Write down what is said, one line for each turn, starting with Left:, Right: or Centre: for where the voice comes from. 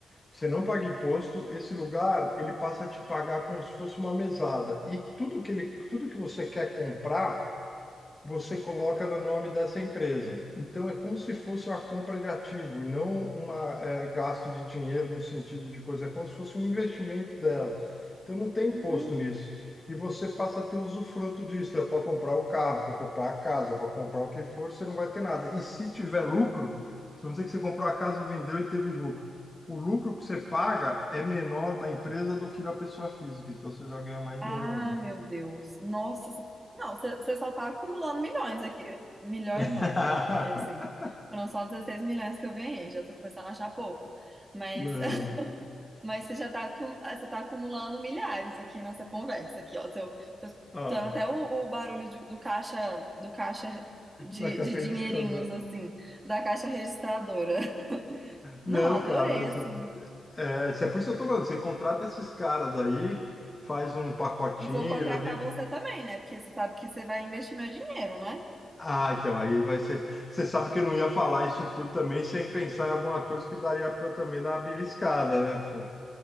Left: Você não paga imposto, esse lugar ele passa a te pagar como se fosse uma mesada. E tudo que ele, tudo que você quer comprar você coloca no nome dessa empresa. Então, é como se fosse uma compra de ativo, não uma eh, gasto de dinheiro no sentido de coisa, é como se fosse um investimento dela. Então, não tem imposto
Right: Hum.
Left: nisso. E você passa a ter usufruto disso, é para comprar o carro, para comprar a casa, para comprar o que for, você não vai ter nada. E se tiver lucro, se vamos dizer que você comprou a casa e vendeu e teve lucro, o lucro que você paga é menor na empresa do que na pessoa física, então você já ganha mais dinheiro
Right: Ah,
Left: ainda.
Right: meu Deus. Nossa. se- Não, você só tá acumulando milhões aqui. Milhões
Left: <laughs>
Right: não, tá? Porque assim, foram só 16 milhões que eu ganhei. Já tô começando a achar pouco. Mas
Left: Não.
Right: <laughs> mas você já tá, acu- ah, você tá acumulando milhares aqui nessa conversa aqui, ó. Seu, tô escutando
Left: Ah,
Right: até o, o barulho de- do caixa do caixa de,
Left: na caixinha
Right: de dinheirinhos,
Left: de stand
Right: assim, da caixa registradora. <laughs>
Left: Não,
Right: Não, adorei,
Left: cara, mas
Right: assim.
Left: é, isso é por isso que eu tô falando. Você contrata esses caras aí, faz um pacotinho,
Right: E vou contratar
Left: já vi.
Right: você também, né? Porque você sabe que você vai investir meu dinheiro, né?
Left: Ah, então, aí vai ser. Você sabe que eu não ia falar isso tudo também sem pensar em alguma coisa que daria pra eu também dar uma beliscada, né? Fô?